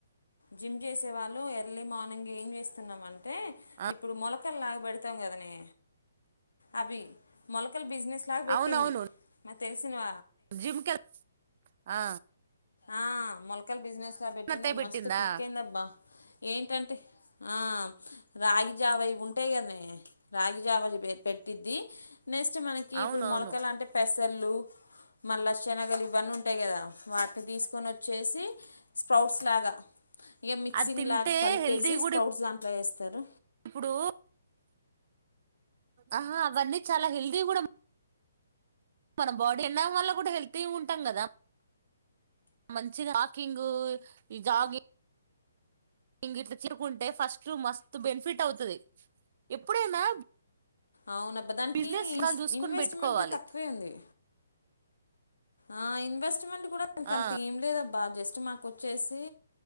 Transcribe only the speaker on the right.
ఆ
అవునవును
జిమ్ కెల్ ఆ
అత్తయ్య
పెట్టిందా
అవునవును
అది తింటే
హెల్తీ కూడా
ఇప్పుడు ఆహ్ హ అవన్నీ చాలా హెల్త్య్ కూడా మన బాడీ తిండం వల్ల కూడా హెల్త్య్ ఉంటాం కదా మంచిగా వాకింగు ఈ జాగింగ్ ఇంగ ఇట్లా తీరుకుంటే ఫస్ట్ మస్తు బెనిఫిట్ అవుతది ఎప్పుడైనా
బిజినెస్
వాళ్ళు చూసుకొని
పెట్టుకోవాలి
ఆ